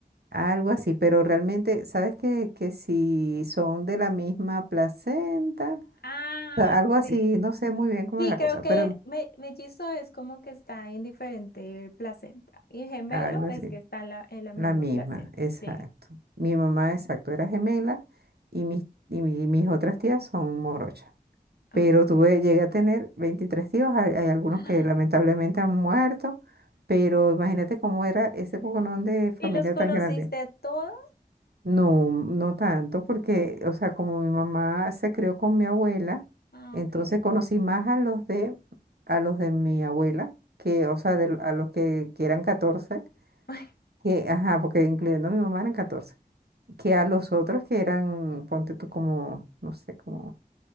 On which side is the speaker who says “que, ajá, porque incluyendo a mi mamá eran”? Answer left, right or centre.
Right